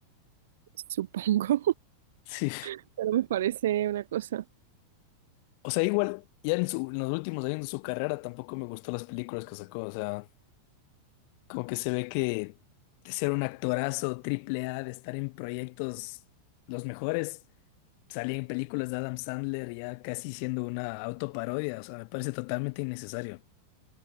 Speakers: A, on the right; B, on the left.
A: supongo.
B: Sí,
A: <laughs> Pero me parece una cosa.
B: O sea, igual, ya en, su- en los últimos años de su carrera tampoco me gustó las películas que sacó. O sea, como que se ve que de ser un actorazo triple A, de estar en proyectos los mejores, salía en películas de Adam Sandler ya casi siendo una autoparodia. O sea, me parece totalmente innecesario.